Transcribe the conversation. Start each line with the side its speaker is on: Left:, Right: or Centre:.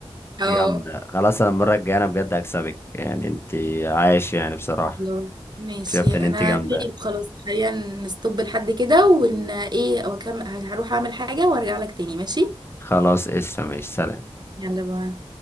Right: اه
Left: جامده خلاص انا المره الجايه انا بجد هكسبك يعني انت عايش يعني بصراحه
Right: الله. ماشي
Left: اكتشفت ان انت
Right: انا
Left: جامده
Right: طيب خلاص خلينا نستوب لحد كده ون ايه وكم هروح اعمل حاجة وارجع لك تاني ماشي
Left: خلاص قشطه ماشي سلام
Right: يلا بقى